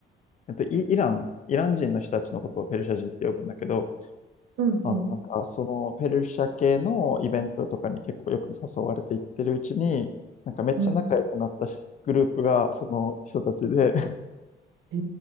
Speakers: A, on the left (about 40°); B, on the right (about 70°).
A: う、えっと、イ、イラン、イラン人の人たちのことをペルシャ人って呼ぶんだけど、
B: ん、
A: あの、
B: うん、
A: なんか、そのペルシャ系のイベントとかに結構よく誘われていってるうちに、なんかめっちゃ仲良くなったしグループがその人たちで、
B: うん。え